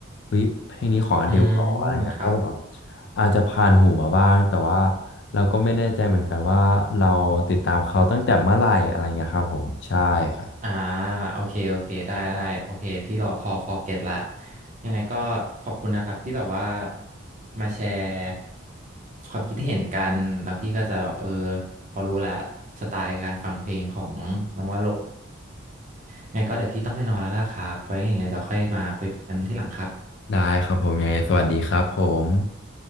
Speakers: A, on the left; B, on the right.
A: เฮ้ยเพลงนี้ของอเดลหรออะไรเงี้ยก็แบบว่า
B: อืมครับ
A: อาจจะผ่านหูมาบ้างแต่ว่าเราก็ไม่แน่ใจเหมือนกันว่าเราติดตามเขาตั้งแต่เมื่อไหร่อะไรเงี้ยครับผมใช่ครับ
B: อ่าโอเคโอเคได้ได้โอเคพี่รอพอพอเก็ตละยังไงก็ขอบคุณนะครับที่แบบว่ามาแชร์ความคิดเห็นกันแล้วพี่ก็จะแบบเออพอรู้ละสไตล์การฟังเพลงของน้องว่าโลยังไงก็เดี๋ยวพี่ต้องไปนอนแล้วล่ะครับไว้ยังไงเดี๋ยวค่อยมาคุยกันที่หลังครับ
A: ได้ครับผมยังไงสวัสดีครับผม